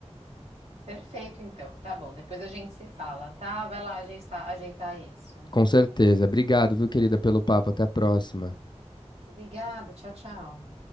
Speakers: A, on the right; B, on the left.
A: Perfeito, então. Tá bom. Depois a gente se fala, tá? Vai lá ajeitar, ajeitar isso.
B: Com certeza. Obrigado, viu, querida, pelo papo. Até a próxima.
A: Obrigada, tchau, tchau.